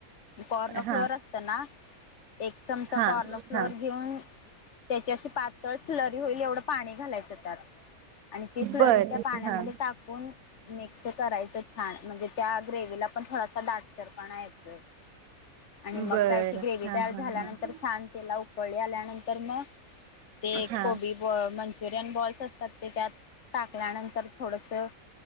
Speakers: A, on the left; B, on the right.
A: कॉर्न फ्लोअर
B: हा
A: असत ना एक चमचा
B: हा
A: कॉर्न फ्लोअर
B: हा
A: घेऊन त्याची अशी पातळ स्लरी होईल एवढं पाणी घालायचं त्यात. आणि ती स्लरी
B: बर
A: त्या पाण्यामध्ये
B: हा
A: टाकून मिक्स करायचं छान म्हणजे त्या ग्रेव्हीला पण थोडासा दाटसर पणा येतोय. आणि मग
B: बर
A: काही त ग्रेवही
B: हा
A: तयार
B: हा
A: झाल्यानंतर
B: हा
A: छान तेला उकळी आल्यानंतर मगं ते
B: हा
A: कोबी ब मंचुरियन बॉल्स असतात ते त्यात टाकल्यानंतर थोडंसं